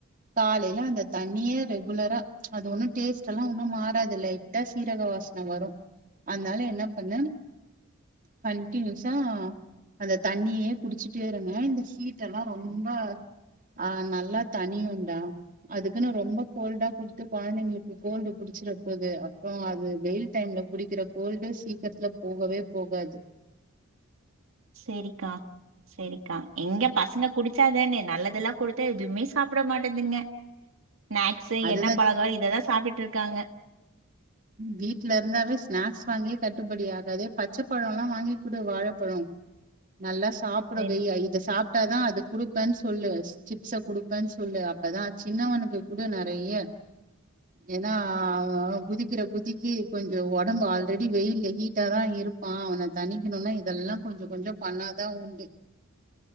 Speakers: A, on the right; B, on the right.
A: காலையில அந்த தண்ணிய ரெகுலரா அதுணும் டேஸ்ட் லாம் மாறாது லைட் ஹா சீராக வசன வரும் அதுனால என்ன பண்ணு கன்டினுசா அத தண்ணியே குடிச்சிட்டு குடுத்துட்டே இருங்க இந்த சீட்டெல்லாம் ரொம்ப ஆஹ் நல்லா தனியுண்டா அதுக்கு ரொம்ப கோல்டா குடுத்து குழந்தைங்களுக்கு கோல்டு புடிச்சிட போகுது அப்புறம் அது வெயில் டைம்ல புடிக்கிற கோல்டு சீக்கிரத்துல போகவே போகாது
B: சேரிக்கா செரிக்கா எங்க பசங்க குடிச்ச சாப்டாதானே நல்லதெல்லாம் கொடுத்த எதுவுமே சாப்பிட மாட்டன் ஸ்நானக்குஸ்
A: அதுதா
B: எண்ணெ பலாக்காரம் இதான் சாப்பிட்டு இருக்காங்க
A: வீட்ல இருந்தாவே ஸ்நாக்ஸ் வாங்கிய கட்டுப்படி ஆகாது பச்சப்பழம் எல்லாம்வாங்கிகுடு வாழப்பழம் நல்லா சாப்பிடவேய்யா
B: செரி
A: இதை சாப்ப தான் அது கொடுப்பேன்னு சொல்லு சிப்ஸ குடுப்பேன்னு சொல்லு அப்பதான் சின்னவனுக்கு குடு நிறைய ஏன்னா அவன் குதிக் குதிக்கிற குதிக்கு கொஞ்சம் உடம்பு ஆல்ரெடி வெயில் ஹீட்டாாதான் இருப்பான் அவனை தனிக்கணும்னா இதெல்லாம் கொஞ்சம் கொஞ்சம் பண்ணாதான் உண்டு